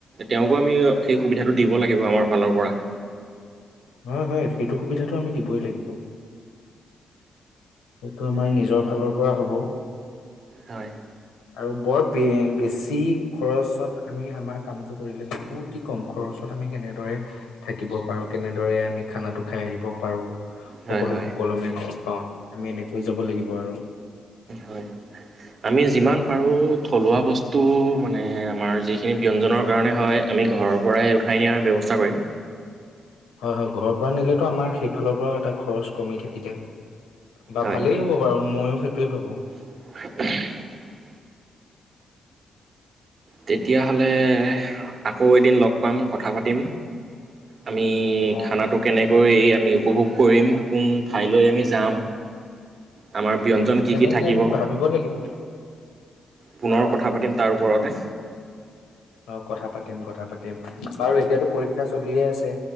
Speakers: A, on the right; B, on the left.
A: তেওঁকো আমি সেই সুবিধাটো দিব লাগিব আমাৰ ফালৰ পৰা।
B: হয়, হয়। সেইটো সুবিধাটো আমি দিবই লাগিব। সেইটো আমাৰ নিজৰ ফালৰ পৰা হ'ব।
A: হয়।
B: আৰু বৰ বে বেছি খৰচত আমি আমাৰ কামটো কৰিলে নোৱাৰব। অতি কম খৰচত আমি কেনেদৰে থাকিব পাৰোঁ। কেনেদৰে আমি খানাটো খাই আহিব পাৰোঁ। সকলো
A: হয়, হয়।
B: সুকলমে খজ পাওঁ আহি। আমি এনেকৈ যাব লাগিব আৰু।
A: হয়। আমি যিমান পাৰোঁ থলুৱা বস্তু মানে আমাৰ যিখিনি ব্যঞ্জনৰ কাৰণে হয়। আমি ঘৰৰ পৰাই উঠাই নিয়াৰ ব্যৱস্থা কৰিম।
B: হয়, হয়। ঘৰৰ পৰা নিলেতো আমাৰ সেইফালৰ পৰাও এটা খৰচ কমি থাকিলে। বা
A: হয়।
B: ভালেই হ'ব বাৰু মইো। সেইটোৱে ভাবোঁ।
A: <unintelligible> তেতিয়াহ'লে আকৌ এদিন লগ পাম কথা পাতিম। আমি
B: অ
A: খানাটো কেনেক <unintelligible> আমি উপভোগ কৰিম কোন ঠাইলৈ আমি যাম। আমাৰ ব্যঞ্জন
B: অ সেই
A: কি
B: তেনেকে
A: কি থাকিব
B: আমি ভাবিব লাগিব
A: পুনৰ কথা পাতিম তাৰ ওপৰতে
B: অ কথা পাতিম কথা পাতিম বাৰু এতিয়াতো পৰীক্ষা চলিয়ে আছে